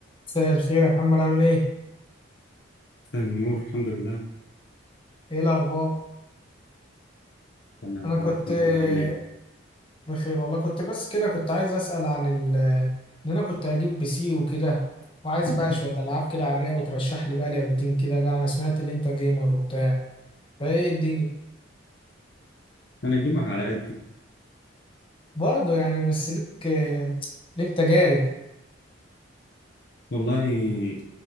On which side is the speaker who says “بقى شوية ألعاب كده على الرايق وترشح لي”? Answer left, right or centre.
Left